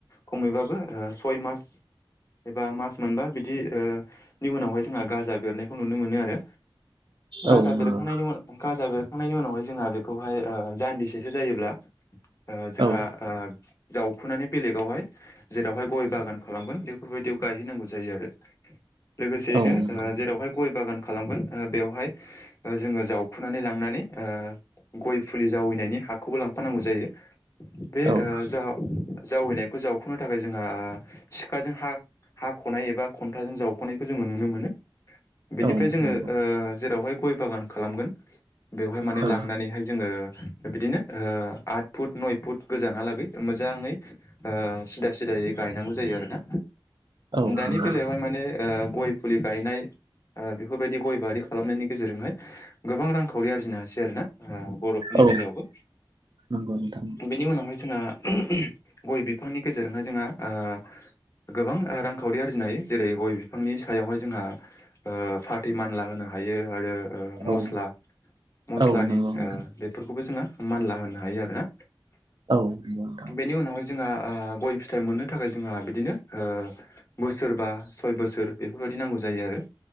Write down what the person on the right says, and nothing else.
औ नंगौ
औ
औ नंगौ
औ
औ
नंगौ
औ
औ नंगौ
औ
नंगौ नंगौ नोंथां
औ
औ नंगौ नोंथां
औ नोंगौ नोंथां!